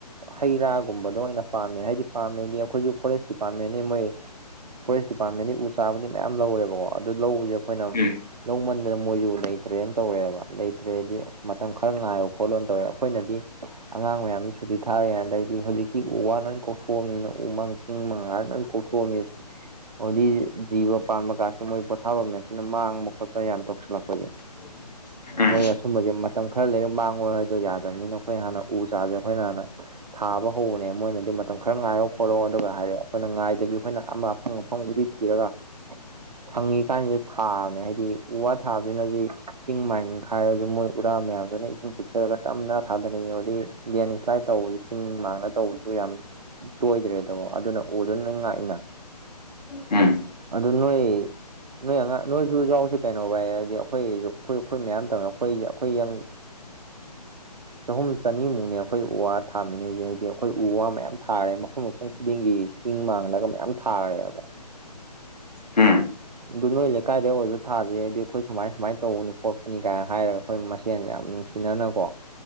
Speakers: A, on the right; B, on the left.
A: ꯍꯩ ꯔꯥꯒꯨꯝꯕꯗꯣ ꯑꯣꯏꯅ ꯄꯥꯝꯃꯦ ꯍꯥꯏꯗꯤ ꯄꯥꯃꯦꯗꯤ ꯑꯩꯈꯣꯏꯁꯨ ꯐꯣꯔꯦꯁ ꯗꯤꯄꯥꯔꯠꯃꯟꯅꯅꯤ ꯃꯣꯏ ꯐꯣꯔꯦꯁ ꯗꯤꯄꯥꯔꯠꯃꯦꯟꯒꯤ ꯎ ꯆꯥꯕꯅꯤ ꯃꯌꯥꯝ ꯂꯧꯔꯦꯕꯀꯣ ꯑꯗꯨ ꯂꯧꯕꯁꯦ ꯑꯩꯈꯣꯏꯅ
B: ꯎꯝ
A: ꯂꯧꯃꯟꯗꯅ ꯃꯣꯏꯁꯨ ꯂꯩꯇ꯭ꯔꯦꯅ ꯇꯧꯔꯛꯑꯦꯕ ꯂꯩꯇ꯭ꯔꯦꯗꯤ ꯑꯁ ꯃꯇꯝ ꯈꯔ ꯉꯥꯏꯌꯣ ꯈꯣꯠꯂꯣ ꯇꯧꯔꯦ ꯑꯩꯈꯣꯏꯅꯗꯤ ꯑꯉꯥꯡ ꯃꯌꯥꯝꯁꯨ ꯁꯨꯇꯤ ꯊꯥꯔꯦ ꯑꯗꯩꯗꯤ ꯍꯧꯖꯤꯛꯇꯤ ꯎ ꯋꯥ ꯂꯣꯏ ꯀꯣꯛꯊꯣꯛꯑꯝꯅꯤꯅ ꯎꯃꯪ ꯏꯁꯤꯡ ꯃꯉꯥ ꯂꯣꯏ ꯀꯣꯛꯊꯣꯛꯑꯝꯃꯤ ꯑꯗꯨꯗꯤ ꯖꯤꯕ ꯄꯥꯟꯕ ꯀꯥꯁꯤ ꯃꯣꯏ ꯄꯣꯊꯥꯐꯝꯅꯦ ꯑꯗꯨꯅ ꯃꯥꯡꯕ ꯈꯣꯠꯄ ꯌꯥꯝ ꯇꯣꯛꯁꯤꯜꯂꯛꯄꯁꯦ
B: <inaudible> ꯎꯝ
A: ꯃꯣꯏ ꯑꯁꯨꯝꯕꯖꯦ ꯃꯇꯝ ꯈꯔ ꯂꯩꯔ ꯃꯥꯡꯉꯣꯏ ꯍꯥꯏꯗꯣ ꯌꯥꯗꯕꯅꯤꯅ ꯑꯩꯈꯣꯏ ꯍꯥꯟꯅ ꯎ ꯆꯥꯁꯦ ꯑꯩꯈꯣꯏꯅ ꯍꯥꯟꯅ ꯊꯥꯕ ꯍꯧꯕꯅꯦ ꯃꯣꯏꯅꯗꯤ ꯃꯇꯝ ꯈꯔ ꯉꯥꯏꯌꯣ ꯈꯣꯠꯂꯣ ꯑꯗꯨꯒ ꯍꯥꯏꯔꯦ ꯑꯩꯈꯣꯏꯅ ꯉꯥꯏꯗꯕꯤ ꯑꯩꯈꯣꯏꯅ ꯑꯃ ꯑꯐꯪ ꯑꯐꯪꯕꯨꯗꯤ ꯊꯤꯔꯒ ꯁꯪꯉꯤ ꯀꯥꯟꯁꯤꯗ ꯊꯥꯕꯅꯦ ꯍꯥꯏꯗꯤ ꯎ ꯋꯥ ꯊꯥꯕꯁꯤꯅꯗꯤ ꯆꯤꯡ ꯃꯥꯏ ꯅꯤꯡꯈꯥꯏꯔꯁꯨ ꯃꯣꯏ ꯎꯔꯥ ꯃꯌꯥꯝꯗꯨꯅ ꯏꯁꯤꯡ ꯆꯨꯞꯊꯔꯒ ꯇꯞꯅ ꯊꯥꯗꯔꯛꯏ ꯍꯧꯗꯤ ꯂꯦꯟ ꯏꯁ꯭ꯂꯥꯏꯠ ꯇꯧꯕ ꯆꯤꯡ ꯃꯥꯡꯗ ꯇꯧꯕꯁꯨ ꯌꯥꯝ ꯇꯣꯏꯗ꯭ꯔꯦꯗ ꯑꯗꯨꯅ ꯎꯗꯨꯅ ꯅꯣꯏ ꯉꯥꯛꯏꯅ
B: ꯍꯝ
A: ꯑꯗꯨ ꯅꯣꯏ ꯅꯣꯏ ꯑꯉꯥꯡ ꯅꯣꯏꯁꯨ ꯌꯥꯎꯁꯤ ꯀꯩꯅꯣꯕꫪ ꯚꯥꯏ ꯍꯥꯏꯗꯤ ꯑꯩꯈꯣꯏꯁꯨ ꯑꯩꯈꯣꯏ ꯑꯩꯈꯣꯏ ꯃꯌꯥꯝ ꯇꯧꯃꯦ ꯑꯩꯈꯣꯏ ꯑꯩꯈꯣꯏꯪ ꯆꯍꯨꯝ ꯆꯅꯤꯃꯨꯛꯅꯦ ꯑꯩꯈꯣꯏ ꯎ ꯋꯥ ꯊꯥꯃꯤꯟꯅꯩꯁꯦ ꯍꯥꯏꯗꯤ ꯑꯩꯈꯣꯏ ꯎ ꯋꯥ ꯃꯌꯥꯝ ꯊꯥꯔꯦ ꯃꯐꯝ ꯃꯐꯝ ꯈꯨꯗꯤꯡꯒꯤ ꯆꯤꯡ ꯃꯥꯡꯂꯒ ꯃꯌꯥꯝ ꯊꯥꯒ꯭ꯔꯦꯕ ꯚꯥꯏ
B: ꯎꯝ
A: ꯑꯗꯨ ꯅꯣꯏ ꯂꯩꯀꯥꯏꯗ ꯑꯣꯏꯔꯁꯨ ꯊꯥꯗꯦ ꯍꯥꯏꯗꯤ ꯑꯩꯈꯣꯏ ꯁꯨꯃꯥꯏ ꯁꯨꯃꯥꯏꯅ ꯇꯧꯕꯅꯤ ꯈꯣꯠꯄꯅꯤ ꯀꯥꯏꯅ ꯍꯥꯏꯔꯒ ꯑꯩꯈꯣꯏ ꯃꯁꯦꯟ ꯌꯥꯝ ꯅꯨꯡꯁꯤꯅꯅꯀꯣ